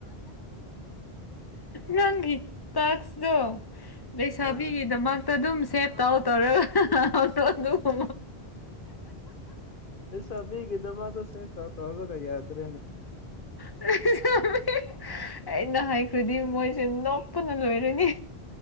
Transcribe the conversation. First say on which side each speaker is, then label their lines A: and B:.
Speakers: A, on the left; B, on the left.
A: ꯅꯪꯒꯤ ꯇꯥꯛꯁꯇꯣ ꯂꯩꯁꯥꯕꯤꯒꯤꯗꯃꯛ
B: ꯑꯥ
A: ꯑꯗꯨꯝ ꯁꯦꯞ ꯇꯥꯎ ꯇꯧꯔꯒ ꯐꯇꯣ ꯑꯗꯨꯁꯦ
B: ꯂꯩꯁꯥꯕꯤꯒꯗꯃꯛ ꯁꯦꯕ ꯇꯧꯕꯒ ꯌꯥꯗ꯭ꯔꯦꯅꯦ
A: ꯑ ꯑꯩꯅ ꯍꯥꯏꯈ꯭ꯔꯗꯤ ꯃꯣꯏꯁꯦ ꯅꯣꯛꯄꯅ ꯂꯣꯏꯔꯅꯤ